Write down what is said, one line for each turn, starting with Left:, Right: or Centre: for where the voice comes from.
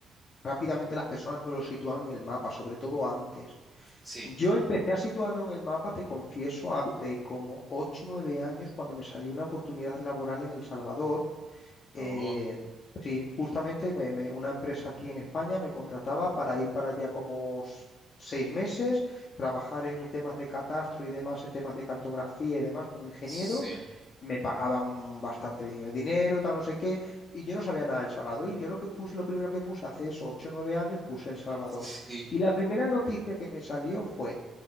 Left: rápidamente las personas no lo sitúan en el mapa, sobre todo antes.
Centre: Sí.
Left: Yo empecé a situarlo en el mapa, te confieso, hace como 8 o 9 años cuando me salió una oportunidad laboral en El Salvador
Centre: Oh,
Left: Eh, sí, justamente me- me- una empresa aquí en España me contrataba para ir para allá como s- seis meses, trabajar en temas de catastro y demás, en temas de cartografía y demás como ingeniero.
Centre: Sí,
Left: Me pagaban bastante bien el dinero, tal, no sé qué, y yo no sabía nada de El Salvador. Y yo lo que puse, lo primero que puse hace eso, ocho o nueve años, puse El Salvador.
Centre: sí.
Left: Y la
Centre: <laughs>
Left: primera noticia que me salió fue